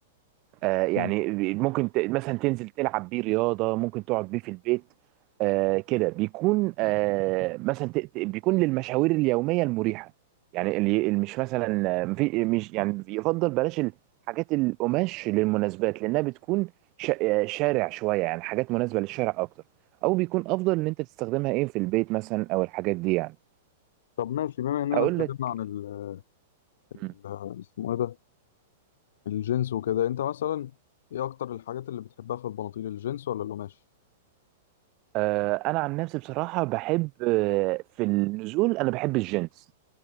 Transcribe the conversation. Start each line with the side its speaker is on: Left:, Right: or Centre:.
Right: آه يعني
Left: مم.
Right: ممكن ت- مثلا تنزل تلعب بيه رياضة ممكن تقعد بيه في البيت آه كده بيكون آه مثلا ت- ت- بيكون للمشاوير اليومية المريحة يعني اللي اللي مش مثلا آه، مفي- مش يعني يفضل بلاش الحاجات القماش للمناسبات لأنها بتكون شا- آه، شارع شوية يعني حاجات مناسبة للشارع أكتر أو بيكون أفضل إن أنت تستخدمها إيه في البيت مثلا أو الحاجات دي يعني
Left: طب ماشي بما اننا
Right: هقول
Left: اتكلمنا
Right: لك
Left: عن ال-
Right: مم.
Left: ال- اسمه ايه ده الجينز وكده انت مثلا ايه اكتر الحاجات اللي بتحبها في البناطيل الجينز ولا القماش
Right: آه، انا عن نفسي بصراحه بحب آه، في النزول انا بحب الجينز